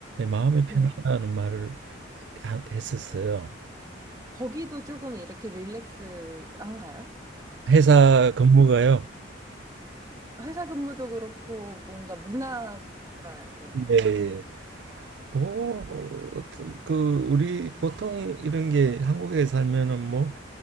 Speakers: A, on the right; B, on the right.
A: 마음이
B: 네.
A: 편하다는 말을 하- 했었어요.
B: 거기도 조금 이렇게 릴렉스한가요?
A: 회사 근무가요.
B: 회사 근무도 그렇고 뭔가 문화가요.
A: 예, 예. 뭐 어, 떤 그 우리 보통 이런 게 한국에 살면은 뭐